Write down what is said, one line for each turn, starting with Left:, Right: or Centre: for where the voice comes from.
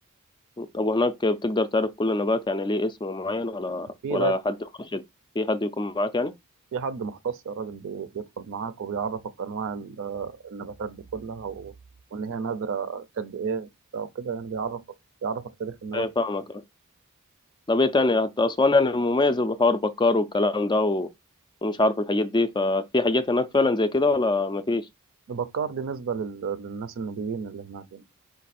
Left: طب وهناك بتقدر تعرف كل النبات يعني ليه اسم معين ولا
Right: يعني في
Left: ولا
Right: ده
Left: حد مرشد في حد يكون معاك يعني
Right: في حد مختص يا راجل بي- بيدخل معاك وبيعرفك انواع ال- آه، النباتات دي كلها و... وان هي نادرة قد ايه او كده يعني بيعرفك بيعرفك تاريخ النبات
Left: ايه فاهمك آه. طب ايه تاني حتى أسوان يعني المميزة بحوار بكار والكلام ده و... ومش عارف الحاجات دي ففي حاجات هناك فعلا زي كده ولا مفيش
Right: بكار بالنسبة لل... للناس النوبيين اللي هناك يعني.